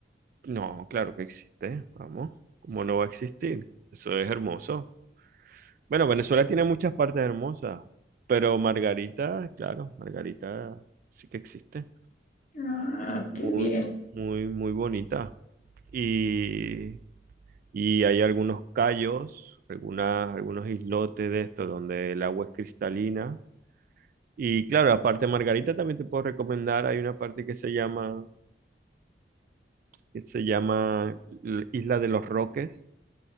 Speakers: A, on the right; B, on the left.
A: No, claro que existe, vamos. ¿Cómo no va a existir? Eso es hermoso. Bueno, Venezuela tiene muchas partes hermosas, pero Margarita, claro, Margarita sí que existe.
B: Ah,
A: Muy,
B: qué bien.
A: muy, muy bonita. Y, y hay algunos cayos, algunas, algunos islotes de esto donde el agua es cristalina. Y claro, aparte de Margarita también te puedo recomendar, hay una parte que se llama que se llama L- Isla de los Roques,